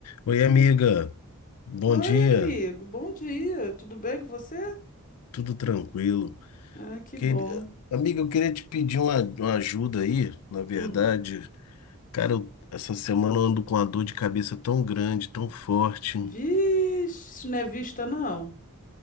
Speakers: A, on the left; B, on the left.
A: Oi, amiga. Bom
B: Oi,
A: dia.
B: amigo. Bom dia. Tudo bem com você?
A: Tudo tranquilo?
B: Ah, que
A: Queria-
B: bom.
A: Amiga, eu queria te pedir uma, uma ajuda aí. Na verdade,
B: Hum.
A: cara, eu- essa semana eu ando com uma dor de cabeça tão grande, tão forte.
B: Vixe, isso não é vista, não.